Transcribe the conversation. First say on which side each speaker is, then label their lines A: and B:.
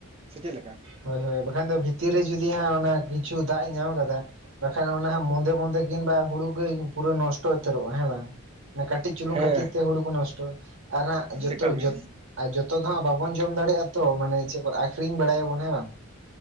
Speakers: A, on the right; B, on the right.
A: ᱥᱮ ᱪᱮᱫ ᱞᱮᱠᱟ?
B: ᱦᱳᱭ ᱦᱳᱭ ᱵᱟᱠᱷᱟᱱ ᱫᱚ ᱵᱷᱤᱛᱤᱨ ᱨᱮ ᱡᱩᱫᱤ ᱦᱟᱸᱜ ᱚᱱᱟ ᱠᱤᱪᱷᱩ ᱫᱟᱜ ᱮ ᱧᱟᱢ ᱠᱟᱫᱟ᱾ ᱵᱟᱠᱷᱟᱱ ᱚᱱᱟ ᱢᱚᱫᱮ ᱢᱚᱫᱮ ᱠᱤᱱᱵᱟ ᱦᱩᱲᱩ ᱜᱮ ᱯᱩᱨᱟᱹ ᱱᱚᱥᱴᱚ ᱩᱛᱟᱹᱨᱚᱜᱼᱟ᱾ ᱦᱮᱸ ᱵᱟᱝ? ᱚᱱᱟ ᱠᱟᱹᱴᱤᱡ ᱪᱩᱞᱩᱝ
A: ᱦᱮᱸ
B: ᱠᱷᱟᱹᱛᱤᱨ ᱛᱮ ᱦᱩᱲᱩ ᱠᱚ ᱱᱚᱥᱴᱚᱜ ᱟᱨ ᱦᱟᱸᱜ ᱡᱚᱛᱚ
A: ᱮᱠᱟᱞ ᱜᱮ
B: ᱡᱚᱛ ᱟᱨ ᱡᱚᱛᱚ ᱫᱚᱦᱟᱸᱜ ᱵᱟᱵᱚᱱ ᱡᱚᱢ ᱫᱟᱲᱮᱭᱟᱜᱼᱟ ᱛᱚ ᱢᱟᱱᱮ ᱪᱮᱫ ᱠᱚ ᱟᱠᱷᱨᱤᱧ ᱵᱟᱲᱟᱭᱟᱵᱚᱱ ᱦᱮᱸ ᱵᱟᱝ᱾